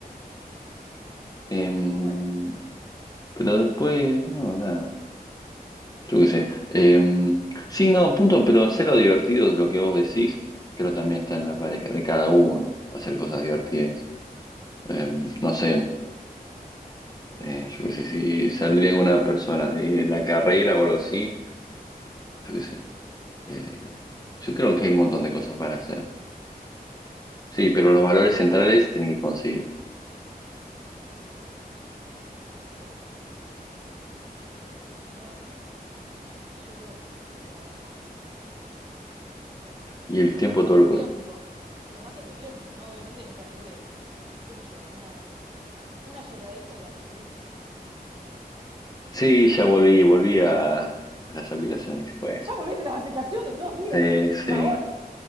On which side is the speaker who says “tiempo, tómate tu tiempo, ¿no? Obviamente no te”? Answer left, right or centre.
Right